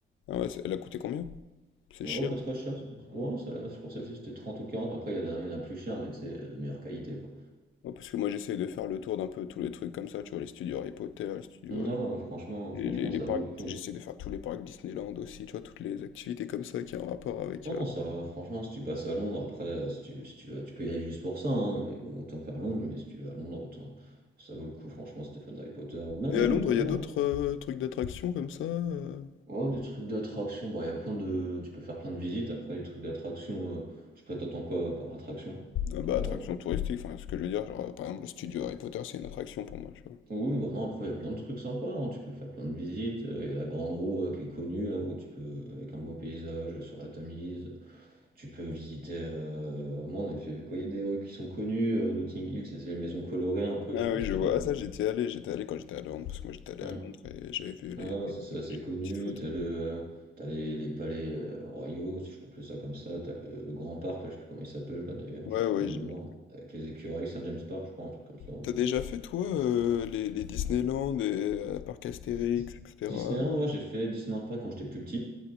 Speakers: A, on the left; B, on the right.
A: Ah ouais, c'est elle a coûté combien? C'est
B: Oh,
A: cher?
B: pas trop cher. celle-là. Ouais, celle-là, je crois que celle-ci c'était trente ou quarante Mais après, il y, a des- il y en a plus cher, mais c'est de meilleure qualité, quoi.
A: Ouais, parce que moi j'essaye de faire le tour d'un peu tous les trucs comme ça, tu vois? Les studios Harry Potter, les studios,
B: Non,
A: heu,
B: non, mais franchement,
A: les
B: franchement,
A: les
B: ça
A: les parcs
B: vaut le coup.
A: j'essaie de faire tous les parcs Disneyland aussi, tu vois? Toutes les activités comme ça qui ont un rapport avec,
B: Non, non,
A: heu
B: ça va. Franchement, si tu passes à Londres, après, euh, si tu, si tu vas, tu peux y aller juste pour ça, hein, mais bon, autant faire Londres. Mais si tu vas à Londres, autant. Ça vaut le coup, franchement, si t'es d'Harry Potter. Ou même,
A: et
B: même,
A: à Londres, il
B: même
A: y a d'autres,
B: après.
A: heu, trucs d'attractions comme ça, heu?
B: Oh, des trucs d'attraction. Bon, il y a plein de. Tu peux faire plein de visites. Après, les trucs d'attraction, euh, je sais pas, t'attends quoi par attraction.
A: Ah
B: Ça
A: bah,
B: dépend.
A: attraction touristique, enfin, ce que je veux dire, genre, par exemple, le studio Harry Potter, c'est une attraction pour moi, tu vois.
B: Oui, bah non, après, il y a plein de trucs sympas, hein, Tu peux faire plein de visites. euh, Il y a la Grande Roue euh, qui est connue, là, où tu peux, avec un beau paysage euh, sur la Tamise, tu peux visiter. euh, Moi, on avait fait quoi? Il y a des rues qui sont connues. euh, Notting Hill, c'est c'est les maisons colorées un peu,
A: Ah
B: je sais pas
A: oui,
B: si
A: je
B: tu
A: vois.
B: vois.
A: Ah, ça, j'étais allé, j'étais allé quand j'étais à Londres, parce que moi, j'étais allé
B: Hmm.
A: à Londres et j'avais vu
B: Ah,
A: les,
B: ouais,
A: les-
B: ça, c'est
A: les
B: assez connu.
A: petites photos.
B: T'as le, euh, t'as les, les palais euh, royaux, si je peux appeler ça comme ça. T'as le, le grand parc, là, je sais plus comment il s'appelle, là, d'ailleurs,
A: Ouais,
B: j'ai trop
A: ouais,
B: de
A: j'ai
B: mémoire.
A: mis.
B: Avec les écureuils, Saint James Park, je crois, un truc comme ça.
A: T'as déjà fait, toi, euh, les, les Disneyland et euh, parcs Astérix,
B: Dis-
A: etc.
B: Disneyland, ouais, j'ai fait Disneyland Paris quand j'étais plus petit.